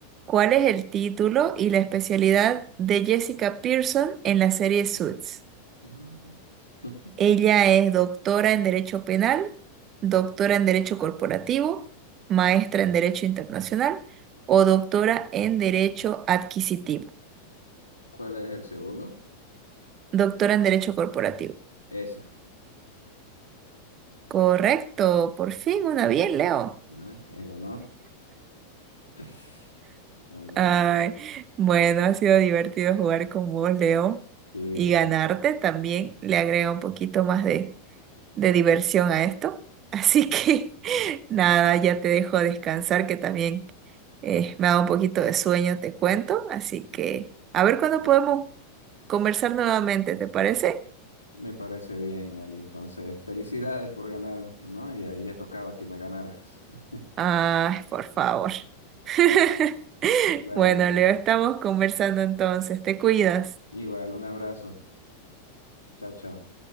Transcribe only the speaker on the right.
¿cuál es el título y la especialidad de Jessica Pearson en la serie Suits?
Ella es doctora en Derecho Penal, doctora en Derecho Corporativo, maestra en Derecho Internacional o doctora en Derecho Adquisitivo.
Doctora en Derecho Corporativo.
Correcto, por fin una bien, Leo.
Ay, bueno, ha sido divertido jugar con vos, Leo,
y
ganarte también le agrega un poquito más de, de diversión a esto. Así que <laughs> nada, ya te dejo descansar, que también Eh, me da un poquito de sueño, te cuento, así que a ver cuándo podemos conversar nuevamente, ¿te parece?
Ay, por favor. <laughs>
Bueno,
Leo, estamos conversando entonces, te cuidas.